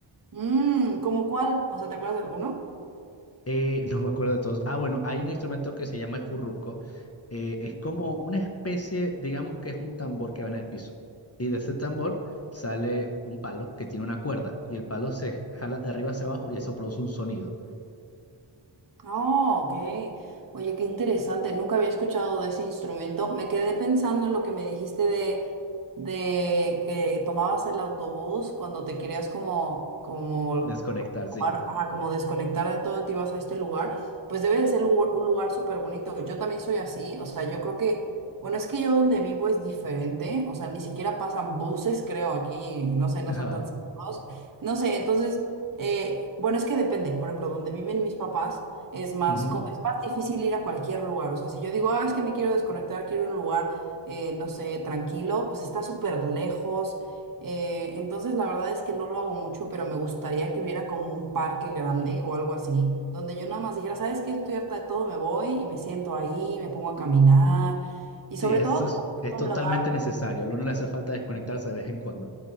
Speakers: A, on the right; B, on the left.
A: mm, ¿cómo cuál? O sea, ¿te acuerdas de alguno?
B: Eh, <laughs> no me acuerdo de todos. Ah, bueno, hay un instrumento que se llama el furruco. Eh, es como una especie, digamos que es un tambor que va en el piso. Y de ese tambor sale un palo que tiene una cuerda y el palo se jala de arriba hacia abajo y eso produce un sonido.
A: Oh, ok. Oye, qué interesante. Nunca había escuchado de ese instrumento. Me quedé pensando en lo que me dijiste de, de que tomabas el autobús cuando te querías como, como,
B: Desconectar,
A: como
B: sí.
A: tomar- ajá, como desconectar de todo, te ibas a este lugar. Pues debe de ser lugar- un lugar súper bonito. Yo también soy así. O sea, yo creo que, bueno, es que yo donde vivo es diferente. O sea, ni siquiera pasan buses, creo, aquí. No sé, no
B: <laughs>
A: son
B: Ay,
A: tan cerrados. No sé, entonces, eh, bueno, es que depende. Por ejemplo, donde viven mis papás. Es más,
B: ujú.
A: co- es más difícil ir a cualquier lugar. O sea, si yo digo, ah, es que me quiero desconectar, quiero un lugar, eh, no sé, tranquilo, pues está súper lejos. Eh, entonces, la verdad es que no lo hago mucho, pero me gustaría que hubiera como un parque grande o algo así, donde yo nada más dijera, ¿sabes qué? Estoy harta de todo, me voy y me siento ahí, me pongo a caminar. Y
B: Sí,
A: sobre
B: eso
A: todo, que
B: es,
A: también
B: es
A: sea
B: totalmente
A: un lugar
B: necesario. A uno le hace falta desconectarse de vez en cuando.